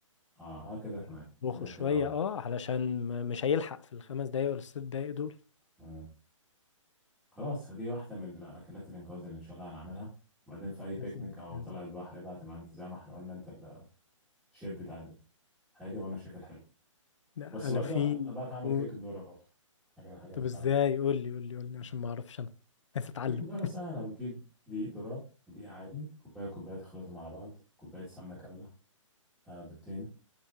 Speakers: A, in the centre; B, on the left.
A: اه اه كده
B: يعني
A: كمان
B: اطبخه
A: كده
B: شوية
A: كده اه
B: اه علشان م- مش هيلحق في الخمس دقايق ولا الست دقايق دول
A: مم. خلاص هدي واحده من الاكلات الانقاذ اللي ان شاء الله هنعملها وبعدين في اي بيكنيك
B: لازم
A: او
B: لازم
A: طلعه بحر بقى تبقى انت زي ما احنا قلنا انت ال- الشيف بتاع الهادي وانا الشيف الحلو
B: لا
A: بس
B: أنا
A: برضه
B: في
A: أنا بعرف اعمل
B: قول.
A: كيك الذره برضه حاجه من الحاجات
B: طب ازاي
A: اللي بعملها
B: قول لي قول لي قول لي عشان ما أعرفش أنا عايز أتعلم
A: كيك الذره سهله بتجيب دقيق ذره ودقيق عادي كوبايه كوبايه تخلطهم على بعض كوبايه سمنه كامله آه بيضتين